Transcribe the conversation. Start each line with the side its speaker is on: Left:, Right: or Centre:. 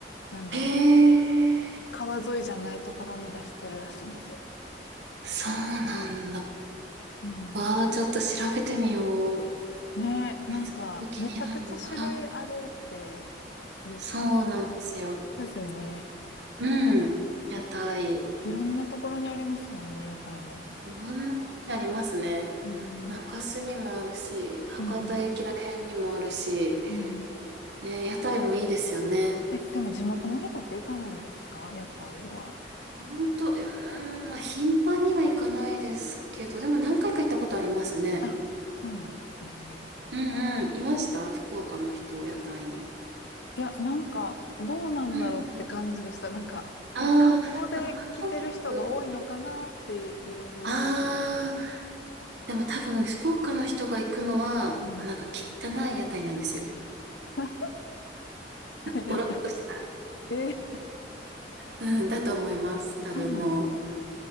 Left: なんだろう、
Right: へえ、
Left: 川沿いじゃないところに出してるらしいんですよ。
Right: そうなんだ。
Left: うん。
Right: わあ、ちょっと調べてみよう。
Left: ねえ、なんか、
Right: めっちゃ気になる。
Left: めちゃくちゃ種類あるって
Right: はい。
Left: 言っ
Right: そうなんですよ。
Left: たですよね。
Right: うん。屋台。
Left: えいろんなところにありますもんね、屋台も。
Right: いろんなありますね。
Left: うん。
Right: 中洲にもあるし、博多駅ら辺にもあるし、
Left: うんうん。うん
Right: ね、屋台もいいですよね。
Left: え、でも地元の人って行かないんですか屋台は。
Right: 本当、うーん、まあ、頻繁には行かないですけど、でも何回か行ったことありますね。
Left: あ、そうなんですね。
Right: うんうん、いました福岡の人、屋台に。
Left: いや、なんか、どうなんだろうって感じでした。
Right: うんうん。
Left: なんか、ま観光で来てる人が多いのかなっていう雰囲気も。
Right: あーまあ、観光客。ああ、でも多分福岡の人が行くのは、
Left: うん。
Right: なんか汚い屋台なんですよ。
Left: <laughs>
Right: ボロっとした。
Left: 屋台。えー
Right: うん、だと思います。多分もう。
Left: そうなんですね。